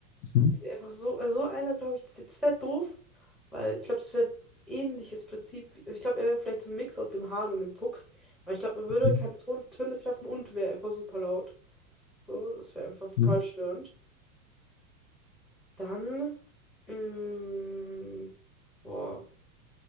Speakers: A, on the left; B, in the centre.
A: Mhm.
B: Sie sind Einfach so, also so einer, glaube ich, das, das wäre doof, weil ich glaube, das wäre ähnliches Prinzip. wie- Also ich glaube, er wäre vielleicht so ein Mix aus dem Hahn und dem Fuchs, weil ich glaube, man würde
A: Mhm.
B: keine Ton Töne treffen und wäre einfach super laut. So, das wäre einfach total
A: Mhm.
B: störend. Dann, mh, boah,